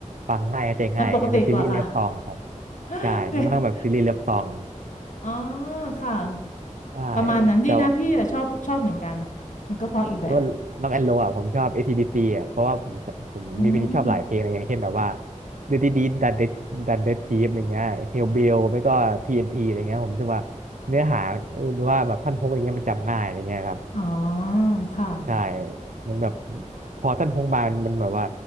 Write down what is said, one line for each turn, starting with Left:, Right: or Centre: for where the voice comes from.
Right: ฟังง่ายเข้าใจง่ายอย่างเงี้ยมันซีรีส์เลิฟซองอะครับ
Left: มันปกติกว่าค่ะ <laughs>
Right: ใช่มันค่อนข้างแบบซีรีส์เลิฟซอง
Left: เพลงอ๋อค่ะ
Right: ใช่
Left: ประมาณนั้นดีนะพี่อะชอบชอบเหมือนกัน
Right: แต่ว่า
Left: มันก็เพราะอีกแบบ
Right: แต่ว่าร็อกแอนด์โรอะผมชอบ a ี d c อ่ะเพราะว่าผมผมมีเพลงที่ชอบหลายเพลงเลยอย่างเช่นแบบว่า
Left: อืม
Right: ดูดีดีดันเดดันเดชีฟอะไรเงี้ยเฮลเบลไม่ก็ TNT อนทีอะไรเงี้ยผมรู้สึกว่าเนื้อหาหรือว่าแบบท่อนฮุกอะไรเงี้ยมันจำง่ายอะไรเงี้ยครับ
Left: อ๋อค่ะ
Right: ใช่มันแบบพอท่านฮงบานมันแบบว่า